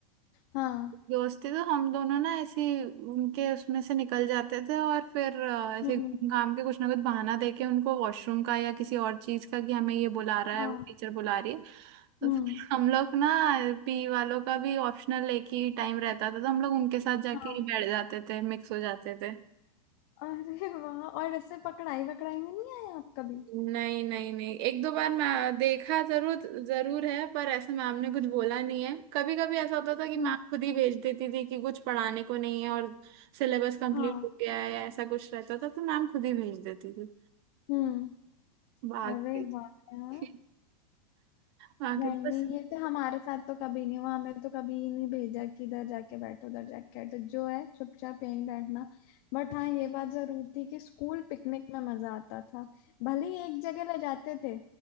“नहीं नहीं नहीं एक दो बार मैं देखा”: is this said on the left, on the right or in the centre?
Right